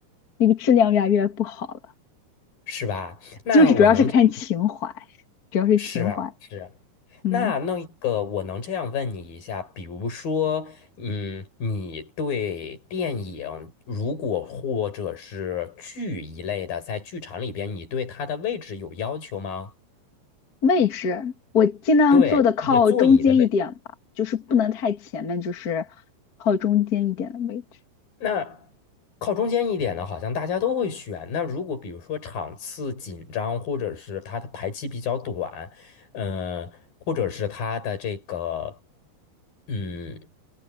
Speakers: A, on the left; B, on the left.
A: 那个质量，越来越不好了。
B: 是吧？那我能这样
A: 就是主要是看情怀，主要是情怀。
B: 是吧？是。
A: 嗯，
B: 那那个，我能这样问你一下，比如说，嗯，你对电影，如果或者是剧一类的，在剧场里边，你对它的位置有要求吗？
A: 位置我尽量坐的靠中间一点吧，
B: 对，那个座椅的位。
A: 就是不能太前面，就是靠中间一点的位置。
B: 那靠中间一点的，好像大家都会选。那如果比如说场次紧张，或者是它的排期比较短，嗯、或者是它的这个嗯